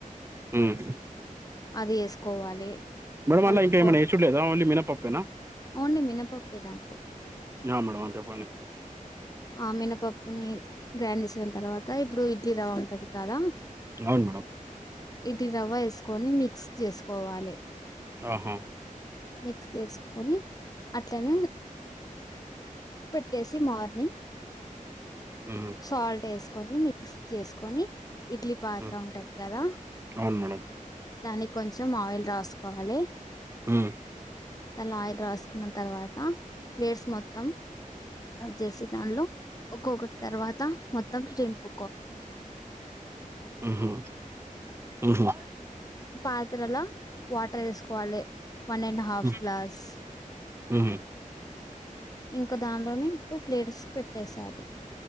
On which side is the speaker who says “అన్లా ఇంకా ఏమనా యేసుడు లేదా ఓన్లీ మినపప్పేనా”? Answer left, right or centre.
Right